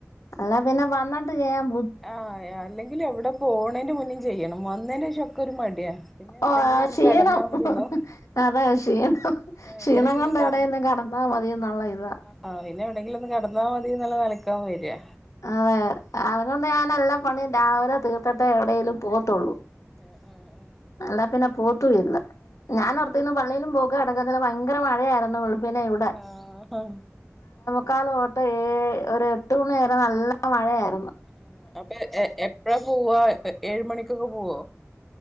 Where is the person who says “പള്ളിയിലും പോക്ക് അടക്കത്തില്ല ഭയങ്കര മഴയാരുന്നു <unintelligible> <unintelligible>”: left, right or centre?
Left